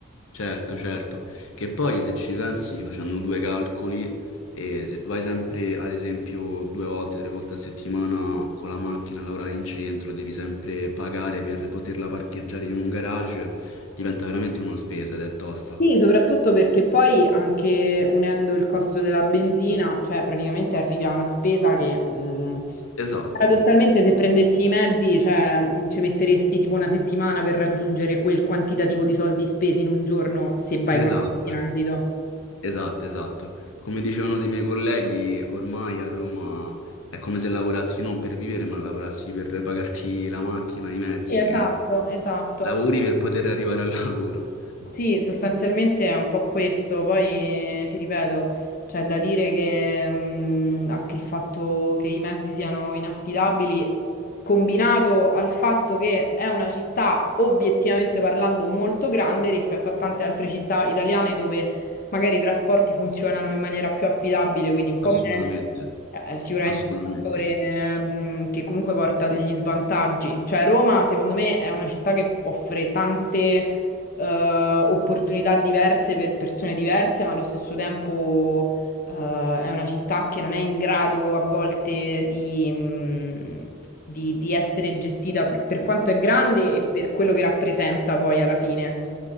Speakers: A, on the left; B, on the left.
A: Certo, certo, che poi se ci pensi facendo due calcoli e se vai sempre ad esempio due volte, tre volte a settimana con la macchina a lavorare in centro, devi sempre pagare per poterla parcheggiare in un garage, diventa veramente una spesa ed è tosta.
B: Sì, soprattutto perché poi anche unendo il costo della benzina, cioè praticamente arrivi a una spesa che mm,
A: Esatto,
B: paradossalmente se prendessi i mezzi, cioè, mm, ci metteresti tipo una settimana per raggiungere quel quantitativo di soldi spesi in un giorno se vai
A: esatto,
B: con la macchina, capito?
A: esatto, esatto. Come dicevano dei miei colleghi, ormai a Roma è come se lavorassi non per vivere ma lavorassi per pagarti la macchina, i mezzi,
B: Sì, esatto,
A: praticamente.
B: esatto.
A: Lavori per poter arrivare al lavoro.
B: Sì, sostanzialmente è un po' questo, poi eh, ti ripeto, c'è da dire che mh, anche il fatto che i mezzi siano inaffidabili, combinato al fatto che è una città obiettivamente parlando molto grande rispetto a tante altre città italiane dove magari i trasporti funzionano in maniera più affidabile, quindi un po'
A: Assolutamente,
B: meglio, eh, è sicuramente
A: assolutamente.
B: un fattore eh, mh, che comunque porta degli svantaggi. Cioè Roma, secondo me, è una città che offre tante eh, opportunità diverse per persone diverse, ma allo stesso tempo, eh, è una città che non è in grado a volte di, mh, di- di essere gestita per, per quanto è grande e per quello che rappresenta poi alla fine.